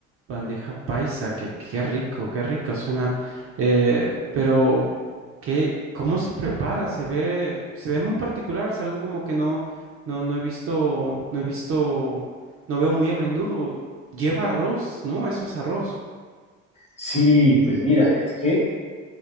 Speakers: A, on the right; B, on the left.
A: bandeja paisa, que qué rico, qué rico suena. Eh, pero, ¿qué, cómo se prepara? Se ve, se ve muy particular, es algo como que no, no, no he visto, no he visto, no veo muy a menudo. Lleva arroz, ¿no? Eso es arroz.
B: Sí, pues mira, es que